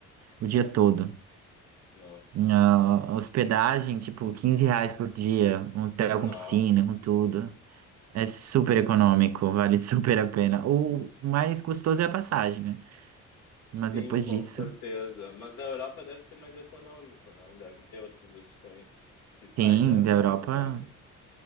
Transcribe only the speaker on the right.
o dia todo.
Na hospedagem, tipo, 15 reais por dia, um hotel
com piscina, com tudo. É super econômico, vale <laughs> super a pena. O mais custoso é a passagem, né?
Mas depois
disso,
sim,
da Europa.